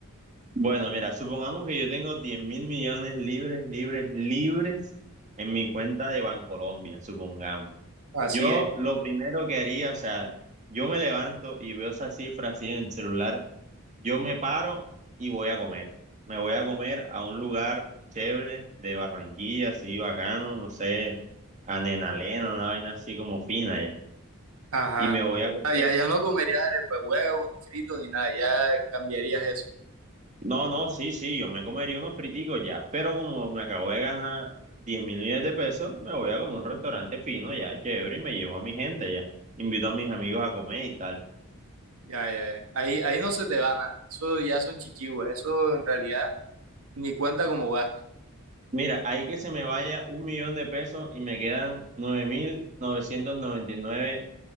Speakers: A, on the right; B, on the right.
A: Bueno, mira, supongamos que yo tengo diez mil millones libres, libres, libres en mi cuenta de Bancolombia, supongamos.
B: Así
A: Yo
B: es.
A: lo primero que haría, o sea, yo me levanto y veo esa cifra así en el celular, yo me paro y voy a comer. Me voy a comer a un lugar chévere de Barranquilla, así bacano, no sé, a Nenalén, una vaina así como fina ya.
B: Ajá.
A: Y me voy a comer
B: Ah, ya, ya no comerías arepa de huevo, ni frito, ni nada. Ya cambiarías eso.
A: No, no, sí, sí, yo me comería unos friticos ya, pero como me acabo de ganar diez mil millones de pesos, me voy a como un restaurante fino ya, chévere, y me llevo a mi gente ya. Invito a mis amigos a comer y tal.
B: Ya, ya, ya. Ahí, ahí no se te va nada. Eso ya son chichivos. Eso en realidad ni cuenta como gasto.
A: Mira, ahí que se me vaya un millón de pesos y me quedan nueve mil novecientos noventa y nueve